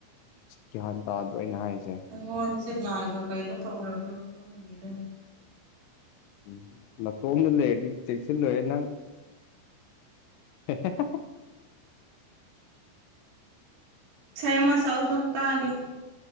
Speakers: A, on the left; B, on the right.
A: ꯒ꯭ꯌꯥꯟ ꯇꯥꯗ꯭ꯔꯣ ꯑꯩꯅ ꯍꯥꯏꯖꯦ
B: ꯑꯩꯉꯣꯟꯗꯁꯦ ꯂꯥꯏꯒ ꯀꯩꯅꯣ ꯇꯧꯔꯕ꯭ꯔꯥ ꯈꯪꯗꯦꯗ
A: ꯎꯝ ꯅꯇꯣꯝꯗ ꯂꯩꯔꯗꯤ ꯆꯦꯛꯁꯤꯜꯂꯣꯍꯦ ꯅꯪ <unintelligible>
B: ꯏꯁꯩ ꯑꯃꯥ ꯁꯛꯑꯣꯇꯣ ꯇꯥꯒꯦ